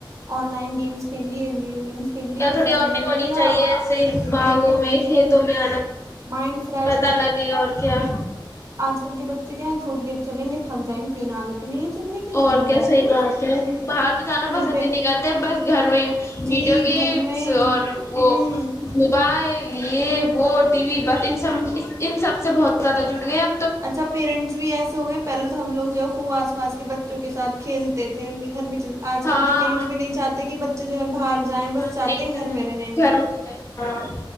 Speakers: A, on the right; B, on the left.
A: ان لائن گیمز کھیلتے ہیں لیے گیمس کھیل لیے
B: تھوڑی
A: فون
B: اؤٹنگ
A: دیکھ
B: ہونی
A: لیا
B: چاہیے باغوں
A: بالکل
B: میں
A: بالکل
B: کھیتوں میں
A: مائنڈ فریش
B: پتہ لگے اور کیا
A: ان کے بچے کے ہاں تھوڑی دیر چلیں گے تھک جائیں گی تو ان عادت ہی نہیں ہے چلنے کی
B: اور
A: گھر میں
B: کیسے
A: رہتے ہیں بس
B: بات ہے بھارت گانا
A: کہیں
B: پسند
A: پہ
B: ہی نہیں کرتے بس گھر میں
A: جی
B: ویڈیو کے
A: گھر میں ہی
B: اور وہ
A: ہوں
B: موبائل لیے وہ ٹی وی بس ان سب ان سب سے بہت زیادہ جڑ گئے ہیں
A: اچھا پیرنٹس بھی ایسے ہو گئے ہیں پہلے تو ہم لوگ جو ہے خوب پاس کے بچوں کے ساتھ کھیلتے تھے ان کے گھر اج
B: ہاں
A: کل کے پینٹس بھی نہیں چاہتے کہ جو ہے بہار جائیں
B: ہاں
A: بس
B: نہیں
A: چاہتے گھر
B: جائے
A: میں رہیں
B: گھر میں ہی رہے ہاں